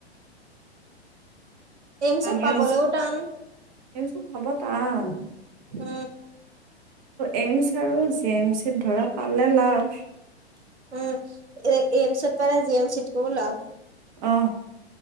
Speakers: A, on the right; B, on the right.
A: এইমচত
B: আমিও
A: পাবলৈও টান
B: এইমছত পাব টান
A: উম।
B: এইমছ আৰু জে এম চিত ধৰা পালে লাভ।
A: <unintelligible>
B: অ'।